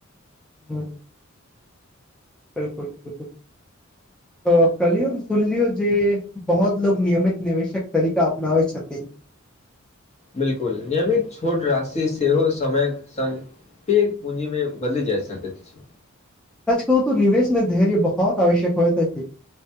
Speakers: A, in the centre; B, on the left.
A: हँ बिलकुल बिलकुल तऽ कलयुग सुनलियौ जे बहुत लोकोग नियमित निवेशक तरीका अपनाव छथि
B: बिलकुल नियमित छोट राशि सेहो समय सँ पैघ पूँजीमे बदलि जा सकैत छी
A: सच कहु तो निवेश में धैर्य बहुत आवश्यक होतेथे